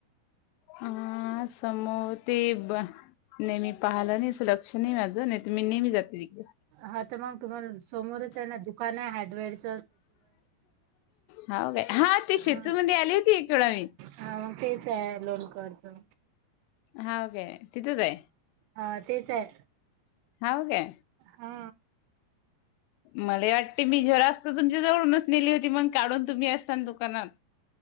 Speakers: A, on the left; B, on the right.
A: अं, समोर ते बा नेहमी पाहिलं नाही अस, लक्ष नाही माझं नाही मी नेहमी जाते. तिकडे
B: हा तर म तुम्हाला समोरचे ना दुकानय हार्डवेअर
A: हाव काय? ते शेतूमध्ये
B: हा
A: आली होती एक वेळा मी
B: हा मग तेच आहे लोन करतो.
A: हा ओके, तिथेच आहे.
B: हा तेच आहे.
A: हाव काय?
B: हा
A: मला वाटते मी झेरॉक्स तुमच्या जवळूनच नेली होती मग काढून तुम्ही असता दुकानात.